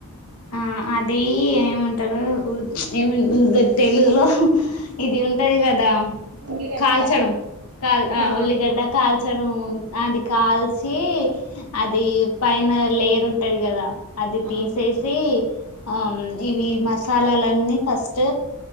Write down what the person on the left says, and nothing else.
ఆ అది ఏమంటారు ఏమ తెలుగులో ఇది ఉంటది కదా
కాల్చడం కాల్ అ
ఉల్లిగడ్డ కాల్చడం ఉ అది కాల్చి అది పైన లేయర్ ఉంటది కదా అది
తీసేసి ఆ ఇవి మసాలాలన్నీ ఫస్ట్